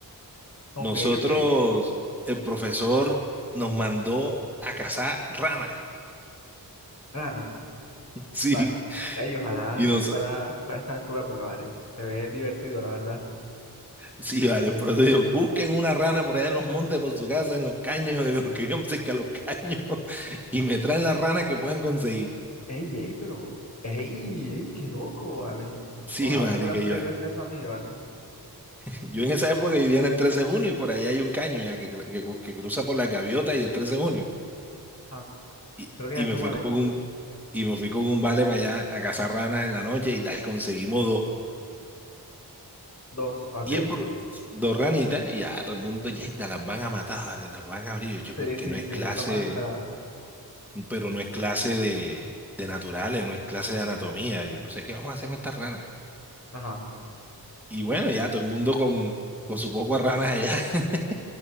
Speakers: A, on the left; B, in the centre.
A: Ok,
B: Nosotros,
A: ok.
B: el profesor nos mandó a cazar ranas.
A: Rana.
B: <laughs> Sí,
A: Vale. Ey, ojalá
B: y nos,
A: para estar en tu época, vale. Se ve divertido, la verdad.
B: sí, vale, pero digo, busquen una rana por allá en los montes, por su casa, en los caños, <laughs> de los que vivan cerca de los caños, <laughs> y me traen la rana que puedan conseguir.
A: Ey, ey, pero. Ey, ey, qué loco, vale.
B: Sí,
A: Ojalá
B: marica,
A: fuera un
B: yo,
A: pedido de acceso a mí, vale.
B: yo en esa época vivía en el 13 de junio y por allá hay un caño ya que, que- que cruza por la gaviota y el 13 de junio.
A: Ah,
B: Y,
A: creo que
B: y
A: ya
B: me
A: sé
B: fui
A: cuál
B: con
A: es.
B: un, y me fui con un vale para allá a cazar ranas en la noche y, da- y conseguimos dos.
A: Dos, ok.
B: Y el pro- dos ranitas, y ya todo el mundo, ya las van a matar, vale, las van a abrir, yo, che, porque
A: Sí, sí,
B: no es
A: sí,
B: clase,
A: es lo más esperado.
B: pero no es clase de, de naturales, no es clase de anatomía, yo no sé qué vamos a hacer con estas ranas.
A: Ajá.
B: Y bueno, ya todo el mundo con, con su poco de ranas allá. <laughs>